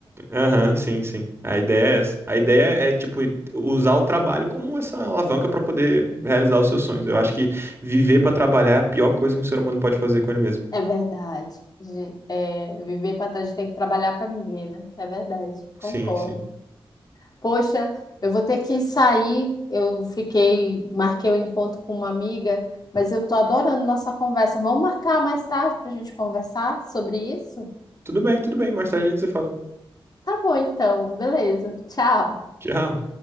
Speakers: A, on the right; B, on the left.
A: Aham, sim, sim. A ideia é essa. A ideia é, tipo, usar o trabalho como essa alavanca para poder realizar os seus sonhos. Eu acho que viver para trabalhar é a pior coisa que um ser humano pode fazer com ele mesmo.
B: É verdade. Ge- é, viver para trás, a gente tem que trabalhar para viver, né? É verdade. Concordo.
A: Sim, sim.
B: Poxa, eu vou ter que sair. Eu fiquei, marquei o encontro com uma amiga, mas eu tô adorando nossa conversa. Vamos marcar mais tarde para a gente conversar sobre isso?
A: Tudo bem, tudo bem. Mais tarde a gente se fala.
B: Tá bom, então. Beleza. Tchau.
A: Tchau.